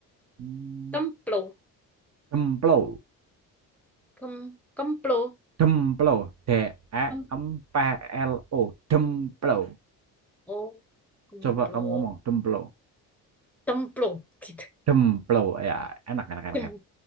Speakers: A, on the right (about 45°); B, in the centre.
A: Hmm.
B: Templo.
A: Demplo,
B: Kem, kemplo.
A: demplo, D E
B: Kem,
A: M P L O, demplo.
B: oh, kemplo.
A: Coba kamu ngomong demplo,
B: Templo. Gitu.
A: demplo ya enak enak enak
B: Templo.
A: enak.